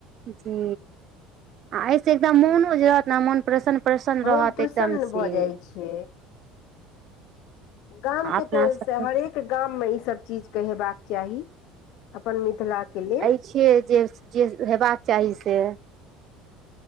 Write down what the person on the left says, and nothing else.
मोन
प्रसन्न
भऽ जाइ छै गामके
त
से हरेक गाममे ईसभ चीजके हेबाक चाही अपन मिथिला के ले